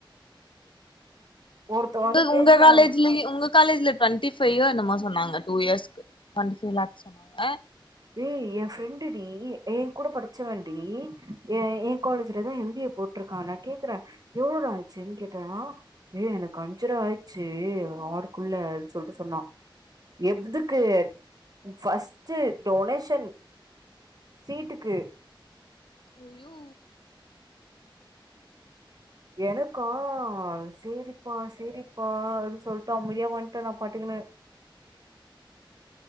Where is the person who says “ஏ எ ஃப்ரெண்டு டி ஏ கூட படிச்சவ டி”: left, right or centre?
Right